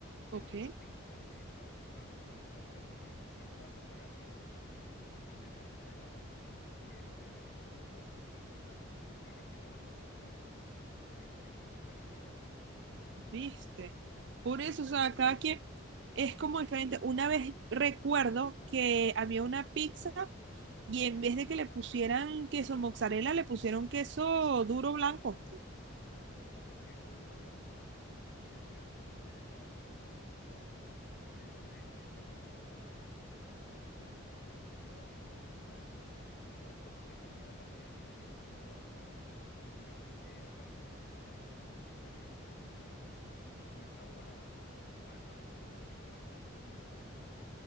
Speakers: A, on the left; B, on the right.
A: pero
B: ok,
A: es la pizza y le echan bastante, bastante queso. Y de paso por arriba le echan como un topping de salsa de ajo que se ve súper, súper brutal. Yo que soy fanático de la salsa de ajo, este, me gustaría probarlo.
B: viste. Por eso, o sea, cada quien es como diferente. Una vez recuerdo que había una pizza y en vez de que le pusieran queso mozzarella, le pusieron queso duro blanco.
A: Ay, Queso duro blanco, bueno, debe ser, debe saber bien también igual, pero es este como, sí, también puede ser por tradición, por lugar, igual como es la comida rápida que si de McDonald's, seguramente acá en Venezuela la harán diferente o tendrán otro, otro tipo de sabor a, al McDonald's, por ejemplo, en Estados Unidos, digamos.